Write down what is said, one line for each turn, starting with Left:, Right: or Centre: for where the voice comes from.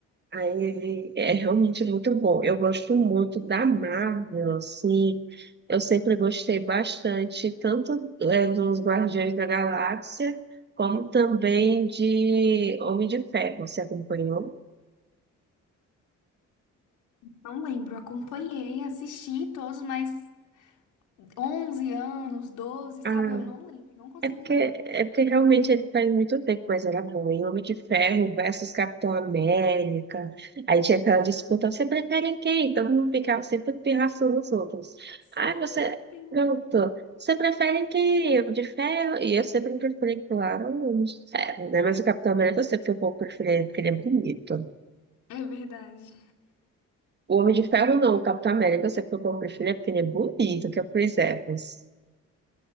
Right: Aí ele é realmente muito bom. Eu gosto muito da Marvel, assim. Eu sempre gostei bastante, tanto é, dos Guardiões da Galáxia, como também de Homem de Ferro. Você acompanhou?
Left: Não lembro, acompanhei, assisti todos, mas 11 anos, 12 sabe?
Right: Ah,
Left: Eu não lembro, não consigo
Right: É porque,
Left: lembrar.
Right: é porque realmente ele faz muito tempo que coisa era boa. E Homem de Ferro versus Capitão América. Aí tinha aquela disputa, você prefere quem? Todo mundo ficava sempre pirraçando os outros.
Left: Sim,
Right: Ai, você
Left: sim.
Right: perguntou, você prefere quem? Homem de Ferro? E eu sempre preferi, claro, o Homem de Ferro, né? Mas o Capitão América eu sempre fui o povo preferido porque ele é bonito.
Left: É verdade.
Right: O Homem de Ferro não, o Capitão América eu sempre fui o povo preferido porque ele é bonito, que é o Chris Evans.